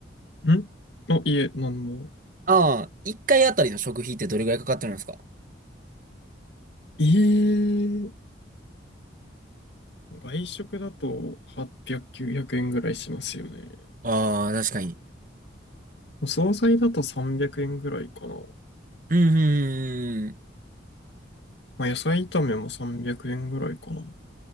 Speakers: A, on the left; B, on the right.
A: る。んあ、いえ、なんも。
B: あ、一回あたりの食費ってどれぐらいかかってるんですか
A: ええ外食だと800、900円ぐらいしますよね。
B: ああー、確かに。
A: 惣菜だと300円ぐらいかな。
B: うん、うんうんうん
A: まあ、野菜炒めも300円ぐらいかな。